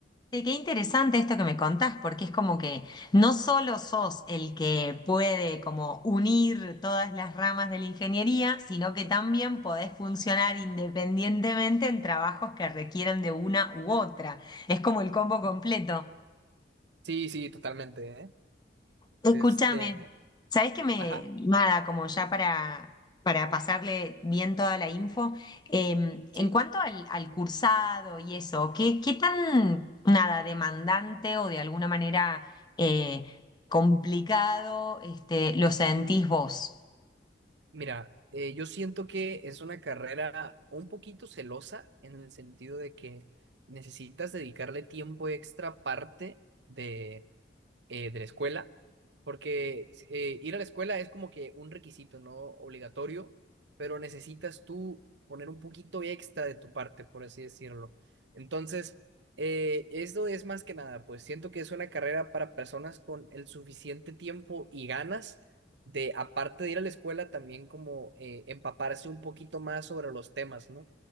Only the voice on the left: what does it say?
Sí, qué interesante esto que me contás, porque es como que no solo sos el que puede como unir todas las ramas de la ingeniería, sino que también podés funcionar independientemente en trabajos que requieran de una u otra. Es como el combo completo.
Escúchame,
¿sabés que me,
nada, como ya para, para pasarle bien toda la info, em, en
cuanto al, al cursado y eso, ¿qué, qué tan, nada, demandante o de alguna manera eh, complicado este, lo sentís vos?